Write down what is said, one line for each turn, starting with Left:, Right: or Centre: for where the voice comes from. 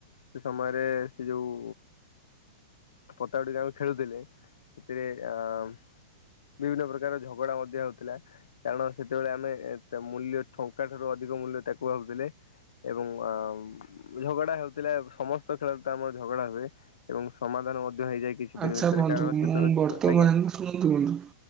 Left: ସେ ସମୟରେ ସେ ଯୋଉ ପତା ଗୁଡ଼ିକ ଆମେ ଖେଳୁଥିଲେ, ସେ ଆଁ ବିଭିନ୍ନ ପ୍ରକାର ଝଗଡା ମଧ୍ୟ ହେଉଥିଲା। କାରଣ ସେତେବେଳେ ଆମେ ମୂଲ୍ୟ ଟଙ୍କା ଠାରୁ ଅଧିକ ମୂଲ୍ୟ ତାକୁ ଭାବୁଥିଲେ। ଏବଂ ଅ ଝଗଡା ହେଉଥିଲା ସମସ୍ତ ଖେଳରେ ତ ଆମର ଝଗଡା ହୁଏ। ଏବଂ ସମାଧାନ ମଧ୍ୟ ହେଇଯାଏ କିଛି ଦିନ
Right: ଆଚ୍ଛା
Left: ଭିତରେ
Right: ବନ୍ଧୁ
Left: କାରଣ ସେତେବେଳେ
Right: ମୁଁ ବର୍ତ୍ତମାନ
Left: ଛୁଆ ଆଜ୍ଞା।
Right: ଶୁଣନ୍ତୁ ଶୁଣନ୍ତୁ